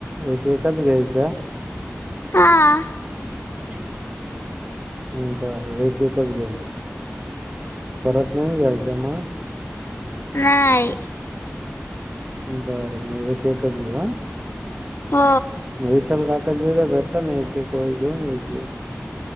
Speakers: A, on the right; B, on the left.
A: एक एकच घ्यायच्या
B: हां.
A: हम् बरं एक एकच घेऊन म परत नाही घ्यायच्या मग
B: नाय
A: बरं म एक एकच घेऊ हा
B: हो
A: म विचल काका तिद भेटलाना एक एक ओळी घेऊन यायची.